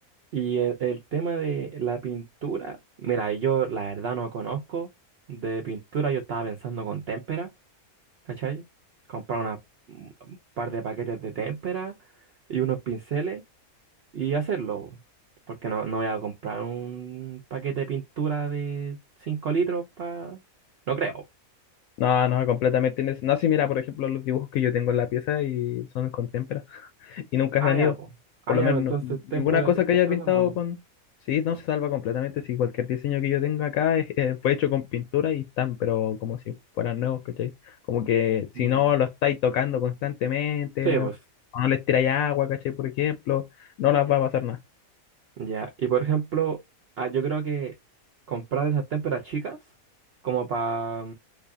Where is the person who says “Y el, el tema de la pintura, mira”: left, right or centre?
Right